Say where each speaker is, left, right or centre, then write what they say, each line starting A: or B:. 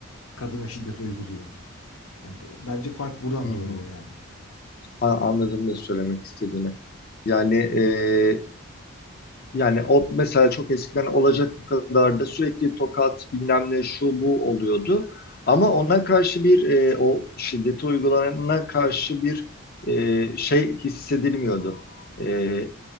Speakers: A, on the left; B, on the left.
A: kadına şiddet uyguluyor. Yani bu- bence fark buradan
B: hı hı.
A: doğuyor yani.
B: A- Anladım ne söylemek istediğini. Yani e, Yani o mesela çok eskiden olacak bu kadar da sürekli tokat bilmem ne şu bu oluyordu. Ama ona karşı bir e, o şiddeti uygulanana karşı bir e, şey hissedilmiyordu. E,